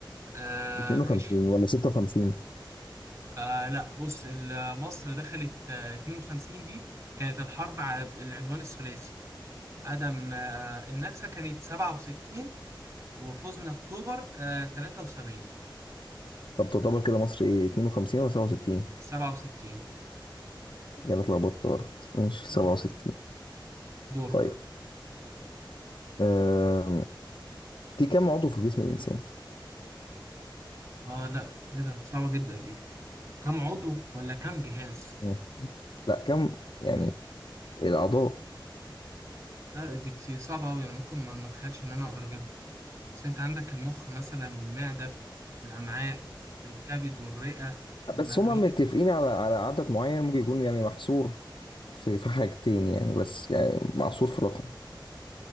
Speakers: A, on the right; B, on the left.
A: آه
B: 52
A: ماشي
B: ولا 56
A: آه لا بص ال- مصر دخلت آه 52 دي كانت الحرب على العدوان الثلاثي عدم آه النكسة كانت 67 وفوزنا اكتوبر آه 73
B: طب تعتبر كده مصر ايه 52 ولا 67
A: 67
B: يعني أنا اتلخبطت غلط ماشي 67
A: مم. دورك
B: طيب آم، في كم عضو في جسم الانسان
A: اه لا ايه ده صعبة جدا دي كم عضو ولا كم جهاز
B: مم. لا كم يعني الاعضاء
A: لا دي كتير صعبة أوي أنا ممكن ما ما أتخيلش إن أنا أقدر أجيبها بس أنت عندك المخ مثلا والمعدة الأمعاء الكبد والرئة المريء،
B: بس هما متفقين على على عدد معين ممكن يكون يعني محصور في في حاجتين يعني بس يعني محصور في رقم